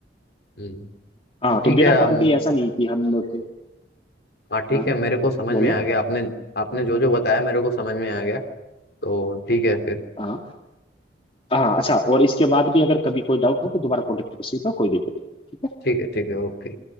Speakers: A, on the left; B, on the left.
A: हम्म,
B: हाँ
A: ठीक
B: तो बिना
A: है
B: काम
A: हम-
B: के ही ऐसा नहीं कि हम लोग-
A: हाँ ठीक
B: हाँ
A: है मेरे को समझ
B: बोलो
A: में आ गया आपने आपने जो जो बताया मेरे को समझ में आ गया तो ठीक है फिर
B: हाँ हाँ अच्छा और इसके बाद भी अगर कभी कोई डाउट हो तो दोबारा कॉन्टेक्ट कर सकते हो कोई दिक्कत नहीं ठीक है
A: ठीक है ठीक है ओके